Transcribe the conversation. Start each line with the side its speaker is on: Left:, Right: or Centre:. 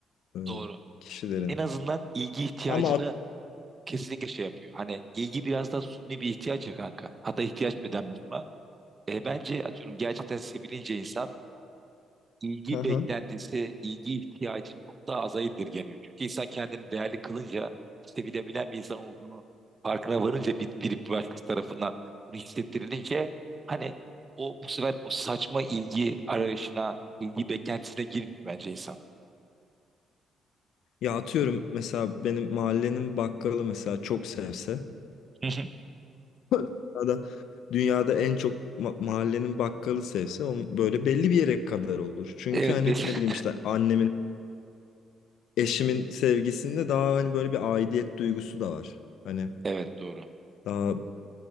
Left: e,
Right: Doğru.
Left: kişilerin.
Right: En azından ilgi ihtiyacını
Left: Ama at-
Right: kesinlikle şey yapıyor. Hani ilgi biraz da suni bir ihtiyaç ya kanka. Hatta ihtiyaç bile denmez ona. E, bence atıyorum gerçekten sevilince insan ilgi
Left: Hı hı.
Right: beklentisi, ilgi ihtiyacı çok daha aza indirgeniyor. Çünkü insan kendini değerli kılınca, sevilebilen bir insan olduğunu farkına varınca bir, bir başkası tarafından bunu hissettirilince hani o bu sefer o saçma ilgi arayışına, ilgi beklentisine girmiyor bence insan.
Left: ya atıyorum mesela benim mahallenin bakkalı mesela çok sevse
Right: <laughs>
Left: <laughs> dünyada, dünyada en çok ma- mahallenin bakkalı sevse onun böyle belli bir yere kadar olur. Çünkü
Right: Evet,
Left: hani
Right: biz-
Left: ne bileyim işte annemin eşimin sevgisinde daha hani böyle bir aidiyet duygusu da var. Hani
Right: <laughs> evet doğru.
Left: daha